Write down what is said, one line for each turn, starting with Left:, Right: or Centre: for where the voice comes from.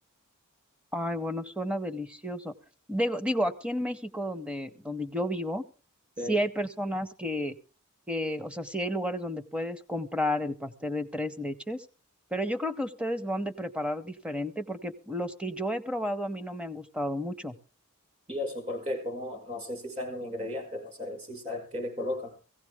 Centre: Ay, bueno, suena delicioso. Digo, digo, aquí en México, donde, donde yo vivo, sí
Right: Sí.
Centre: hay personas que, que, o sea, sí hay lugares donde puedes comprar el pastel de tres leches, pero yo creo que ustedes lo han de preparar diferente porque los que yo he probado a mí no me han gustado mucho.
Right: ¿Y eso por qué? Como, no sé si saben los ingredientes, no sé si sabes qué le colocan.